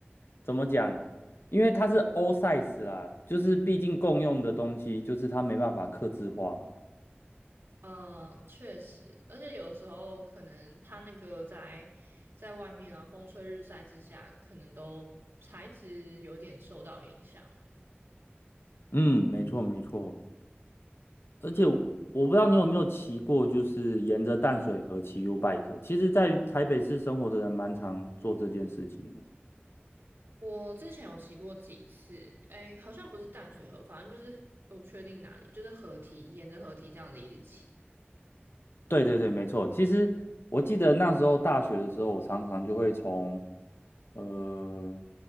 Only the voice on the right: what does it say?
呃，确实，而且有时候可能它那个在在外面啊，风吹日晒之下，可能都材质有点受到影响了。
我之前有骑过几次，哎，好像不是淡水河，反正就是我不确定哪里，就是河堤，沿着河堤这样子一直骑。